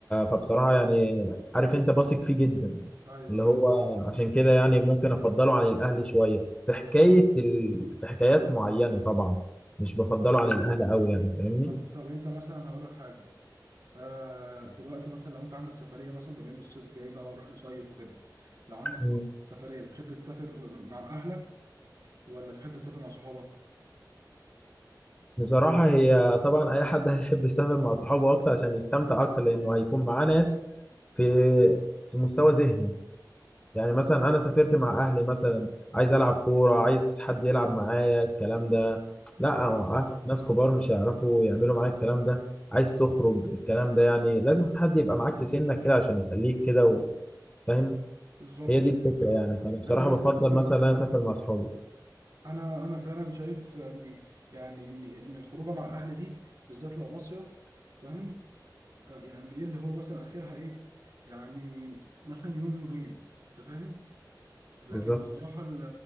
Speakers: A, on the left; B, on the right.
A: فبصراحة يعني عارف انت بثق فيه جدا
B: ايوه
A: اللي
B: ايوه
A: هو عشان كده يعني ممكن افضله عن الاهلي شوية في حكاية ال... في حكايات معينة طبعا مش بفضله
B: بالظبط ده
A: عن
B: حقيقة
A: الاهلي
B: فعلا.
A: قوي يعني فاهمني
B: طب طب انت مثلا هقول لك حاجه آه دلوقتي مثلا لو انت عندك سفريه مثلا بما ان الصيف جاي بقى وهنروح نصيف وكده لو عندك
A: مم.
B: سفريه بتحب تسافر مع اهلك ولا تحب تسافر مع صحابك
A: بصراحة هي طبعا اي حد هيحب يسافر مع صحابه اكتر عشان يستمتع اكتر لانه هيكون معاه ناس في في مستوى ذهنه يعني مثلا انا سافرت مع اهلي مثلا عايز العب كوره عايز حد يلعب معايا الكلام ده لا
B: ايوه
A: هو أهل- ناس كبار مش هيعرفوا يعملوا معايا الكلام ده عايز تخرج الكلام ده يعني لازم حد يبقى معاك في سنك كده عشان يسليك كده وفاهم
B: بالظبط
A: هي
B: ده
A: دي
B: حقيقة
A: الفكره
B: فعلا
A: يعني فانا بصراحه
B: ايوه بقى
A: بفضل
B: انا
A: مثلا إن انا اسافر مع اصحابي
B: انا انا فعلا شايف ان يعني ان ان الخروجه مع الاهل دي بالذات لو مصيف فاهم آه، يعني ايه اللي هو مثلا اخرها ايه يعني مثلا يوم يومين انت فاهم لكن
A: بالظبط
B: بصراحه ال-